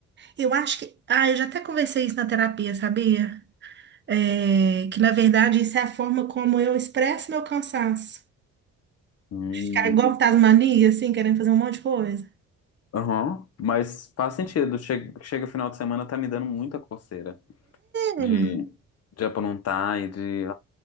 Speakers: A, on the right (about 40°); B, on the left (about 55°).
A: Eu acho que. Ah, eu já até conversei isso na terapia, sabia? É, que na verdade isso é a forma como eu expresso meu cansaço.
B: Hum.
A: Ficar igual Tasmania, assim, querendo fazer um monte de coisa.
B: Aham, Mas faz sentido. Chega, chega final de semana, tá me dando muita coceira
A: Hum,
B: de, de aprontar e de.